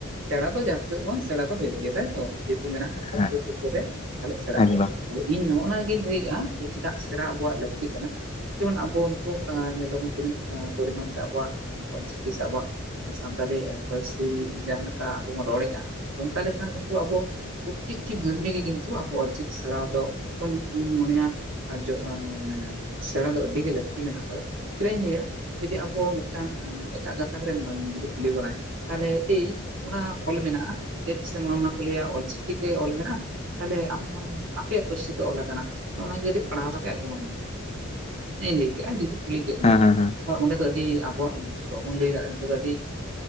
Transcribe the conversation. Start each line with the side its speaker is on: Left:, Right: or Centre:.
Right: ᱥᱮᱬᱟ ᱫᱚ ᱡᱟᱦᱟᱸ ᱥᱮᱫ ᱵᱟᱝ ᱥᱮᱬᱟ ᱫᱚ ᱦᱩᱭᱩᱜ ᱜᱮᱭᱟ ᱛᱟᱭᱛᱚ ᱡᱮᱦᱮ ᱢᱮᱱᱟᱜ ᱠᱟᱜ ᱠᱚᱣᱟ
Left: ᱦᱮᱸ
Right: ᱥᱩᱨ ᱥᱩᱯᱩᱨ ᱨᱮ ᱛᱟᱦᱞᱮ ᱥᱮᱬᱟᱜ
Left: ᱮᱠᱫᱚᱢ
Right: ᱜᱮᱭᱟ ᱟᱫᱚ ᱤᱧ ᱱᱚᱜᱼ ᱱᱟᱜᱤᱧ ᱞᱟᱹᱭᱮᱫᱼᱟ ᱡᱮ ᱪᱮᱫᱟᱜ ᱥᱮᱬᱟ ᱟᱵᱚᱣᱟᱜ ᱞᱟᱹᱠᱛᱤ ᱠᱟᱱᱟ ᱡᱮᱢᱚᱱ ᱟᱵᱚ ᱱᱤᱛᱚᱜ ᱧᱮᱞᱵᱚᱱ ᱛᱤᱱᱟᱹᱜ ᱯᱚᱨᱤᱢᱟᱱ ᱛᱮ ᱟᱵᱚᱣᱟᱜ ᱚᱞ ᱪᱤᱠᱤ ᱥᱮ ᱟᱵᱚᱣᱟᱜ ᱥᱟᱱᱛᱟᱞᱤ ᱯᱟᱹᱨᱥᱤ ᱡᱟᱦᱟᱸ ᱞᱮᱠᱟ ᱟᱵᱚ ᱵᱚᱱ ᱨᱚᱲᱮᱫᱼᱟ ᱚᱱᱠᱟ ᱞᱮᱠᱟ ᱠᱤᱱᱛᱩ ᱟᱵᱚ ᱯᱨᱚᱛᱛᱮᱠᱴᱤ ᱢᱟᱹᱱᱢᱤ ᱜᱮ ᱠᱤᱱᱛᱩ ᱟᱵᱚ ᱚᱞᱪᱤᱠᱤ ᱥᱮᱬᱟ ᱫᱚ ᱮᱠᱫᱚᱢ ᱤᱧᱤᱧ ᱢᱚᱱᱮᱭᱟ ᱟᱨ ᱢᱟᱱᱮ ᱥᱮᱬᱟ ᱫᱚ ᱟᱹᱰᱤᱜᱮ ᱞᱟᱹᱠᱛᱤ ᱢᱮᱱᱟᱜ ᱠᱟᱫᱟ ᱪᱮᱫᱟᱜ ᱤᱧ ᱞᱟᱹᱭᱟ ᱡᱩᱫᱤ ᱟᱵᱚ ᱢᱤᱫᱴᱟᱝ ᱮᱴᱟᱜ ᱜᱟᱛᱟᱠ ᱨᱮᱱ ᱢᱟᱹᱱᱢᱤ ᱡᱩᱫᱤ ᱠᱩᱞᱤ ᱵᱚᱱᱟᱭ ᱛᱟᱦᱚᱞᱮ ᱮ ᱚᱱᱟ ᱚᱞ ᱢᱮᱱᱟᱜᱼᱟ ᱢᱟᱠᱚ ᱞᱟᱹᱭᱟ ᱚᱞ ᱪᱤᱠᱤ ᱛᱮ ᱚᱞ ᱢᱮ ᱛᱟᱦᱚᱞᱮ ᱟᱢ ᱟᱯᱮᱭᱟᱜ ᱯᱟᱹᱨᱥᱤ ᱚᱞ ᱟᱠᱟᱱᱟ ᱚᱱᱟᱜᱮ ᱠᱟᱹᱴᱤᱡ ᱯᱟᱲᱦᱟᱣ ᱠᱟᱛᱮ ᱟᱸᱡᱚᱢᱟᱹᱧ ᱢᱮ ᱤᱧ ᱞᱟᱹᱭ ᱠᱮᱫᱼᱟ ᱡᱩᱫᱤ ᱠᱩᱞᱤ ᱠᱮᱫ
Left: ᱦᱮᱸ
Right: ᱢᱮᱭᱟᱭ
Left: ᱦᱮᱸ ᱦᱮᱸ
Right: ᱦᱚᱭ ᱚᱸᱰᱮ ᱫᱚ ᱟᱹᱰᱤ ᱟᱵᱚᱣᱟᱜ <inaudible> ᱡᱩᱫᱤ ᱵᱟᱵᱚᱱ ᱞᱟᱹᱭ ᱫᱟᱲᱮᱭᱟᱜᱼᱟ ᱮ <inaudible> ᱫᱚ ᱟᱹᱰᱤ